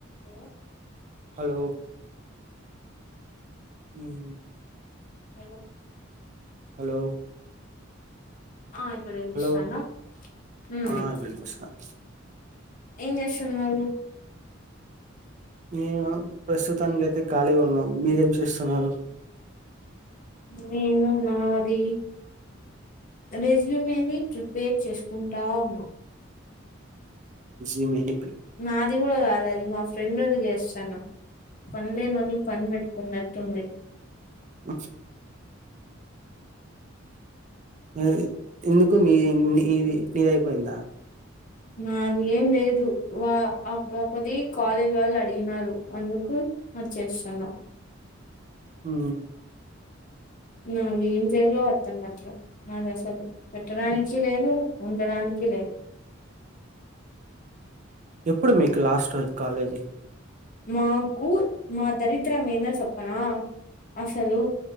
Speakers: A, on the left (about 40°); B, on the right (about 35°).
A: Hello
B: hello ఉమ్ హ్
A: hello
B: hello
A: ఆ ఇప్పుడేం
B: హలో
A: జేస్తానవ్ ఉమ్
B: ఆ వినిపిస్తాంది
A: ఏం జేస్తున్నారు
B: నేనా ప్రస్తుతానికి అయితే ఖాళీ ఉన్నా మీరేం చేసున్నారు
A: నేను నాది రెజ్యూమేని ప్రిపేర్ చేసుకుంటా ఉన్నా
B: జీ మెయిల్ క్
A: నాది గాడా కాదు అది మా ఫ్రెండుది జేసు టాన పని లేనోళ్ళు పని పెట్టుకున్నటుంది
B: <inaudible> ఏ ఎందుకు మీ మీది నీదయిపోయిందా
A: నాది ఏం లేదు వా ఆ పాపది కాలేజ్ వాళ్ళు అడిగినారు అందుకు అరిచేస్తున్న
B: హ
A: నాకు ఏం చేయాలో అర్థం కాట్లే మాది అసలు పెట్టడానికి లేదు ఉండడానికి లేదు
B: ఎప్పుడు మీకు లాస్ట్ రోజు కాలేజీ
A: మాకు మా దరిద్రం ఏందో చెప్పనా అసలు